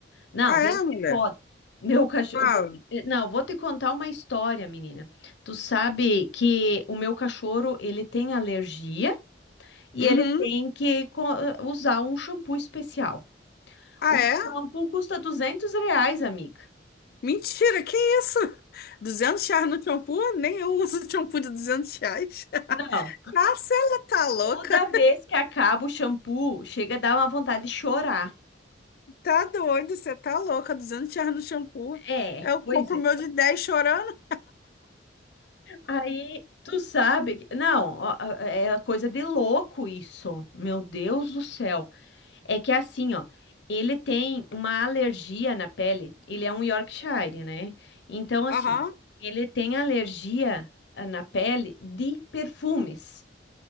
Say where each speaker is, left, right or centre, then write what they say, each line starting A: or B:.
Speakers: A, on the left; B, on the left.
A: Não,
B: Ah,
A: vê
B: é, mulher?
A: se pode. Meu cachorro.
B: Fala.
A: eu vou- eh, Não, vou te contar uma história, menina. Tu sabe que o meu cachorro ele tem alergia e
B: Uhum.
A: ele tem que co- eh, usar um shampoo especial.
B: Ah,
A: O
B: é?
A: shampoo custa 200 reais, amiga.
B: Mentira, que isso? <laughs> 200 reais no shampoo? Nem eu uso <laughs> shampoo de 200 reais. <laughs>
A: Não.
B: Ah, você tá louca?
A: Toda vez que acaba o shampoo, chega a dar uma vontade de chorar.
B: Tá doido, você tá louca. 200 reais no shampoo.
A: É,
B: Eu compro
A: pois é.
B: o meu de 10 chorando.
A: Aí, tu sabe que... Não, ó, ó, é coisa de louco isso. Meu Deus do céu. É que assim, ó, ele tem uma alergia na pele. Ele é um Yorkshire, né? Então, assim,
B: Aham.
A: ele tem alergia ah, na pele de perfumes.